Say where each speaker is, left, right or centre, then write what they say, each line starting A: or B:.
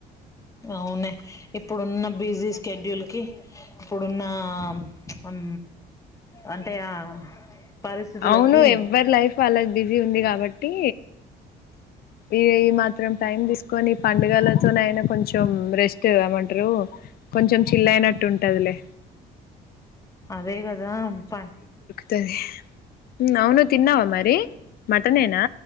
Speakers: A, on the left (about 20°); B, on the left (about 65°).
A: అవునే ఇప్ ప్పుడున్న బిజీ స్కెడ్యూల్ కి ఇప్పుడున్న అం అంటే ఆ పరిస్థితులకి
B: అవును ఎవ్వరి లైఫ్ వాళ్ళకు బిజీ ఉంది కాబ ట్టి ఇగ ఈ మాత్రం టైం తీసుకొని పండుగలతోనేయినా కొంచెం రెస్ట్ ఏమంటరు కొంచెం చిల్ల్ అయినట్టుంటదిలే
A: అదే కదా ప్ప
B: తది ఉమ్ అవును తిన్నావా మరి మటనే నా